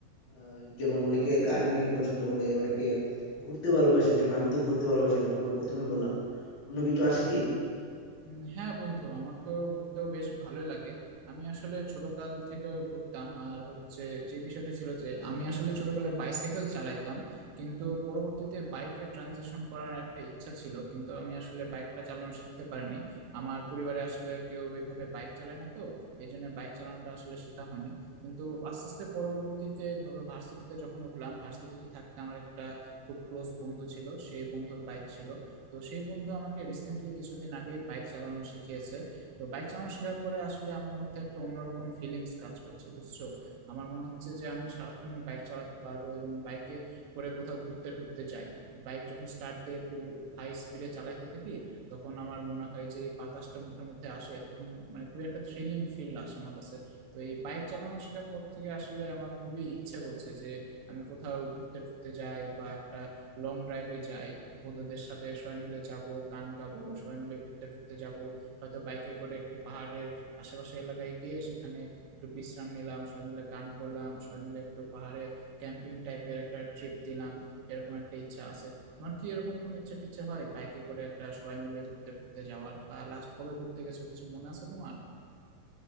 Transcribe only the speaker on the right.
উম, হ্যাঁ বন্ধু আমার তো ঘুরতেও বেশ ভালোই লাগে আমি আসলে ছোটকাল থেকে ঘুরতাম আর হচ্ছে যে বিষয়টা ছিল যে আমি আসলে ছোটকালে বাইসাইকেল চালাইতাম কিন্তু পরবর্তীতে বাইকে ট্রানজিশন করার একটা ইচ্ছা ছিল কিন্তু আমি আসলে বাইকটা চালানো শিখতে পারিনি আমার পরিবারে আসলে কেউ এইভাবে বাইক চালায় না তো এই জন্য বাইক চালানোটা আসলে শেখা হয়নি কিন্তু আস্তে আস্তে পরবর্তীতে ধরো ভার্সিটিতে যখন উঠলাম ভার্সিটিতে থাকতে আমার একটা খুব ক্লোজ বন্ধু ছিল সেই বন্ধুর বাইক ছিল তো সেই বন্ধু আমাকে রিসেন্টলি কিছুদিন আগে বাইক চালানো শিখিয়েছে তো বাইক চালানো শেখার পরে আসলে আমার মধ্যে একটা অন্যরকম ফিলিংস কাজ করছে বুঝছো আমার মনে হচ্ছে যে আমি সারাক্ষণই বাইক চালাতে পারবো এবং বাইকে করে কোথাও ঘুরতে টুরতে যাই বাইক যখন স্টার্ট দিয়ে একটু হাই স্পিডে চালাইতে থাকি তখন আমার মনে হয় যে এই বাতাসটা মুখের মধ্যে আসে তখন মানে খুবই একটা থ্রিলিং ফিল আসে আমার কাছে তো এই বাইক চালানো শেখার পর থেকে আসলে আমার খুবই ইচ্ছা করছে যে আমি কোথাও ঘুরতে টুরতে যাই বা একটা লং ড্রাইভে যাই বন্ধুদের সাথে সবাই মিলে যাব গান গাবো সবাই মিলে ঘুরতে টুরতে যাব হয়তো বাইকে করে একটি পাহাড়ের আশেপাশে এলাকায় গিয়ে সেখানে একটু বিশ্রাম নিলাম সবাই মিলে গান করলাম সবাই মিলে একটু পাহাড়ে ক্যাম্পিং টাইপের একটা ট্রিপ দিলাম এরকম একটা ইচ্ছা আছে তোমার কি এরকম কোনো ইচ্ছা টিচ্ছা হয় বাইকে করে একটা সবাই মিলে ঘুরতে টুরতে যাওয়ার বা লাস্ট কবে ঘুরতে গেছো কিছু মনে আছে তোমার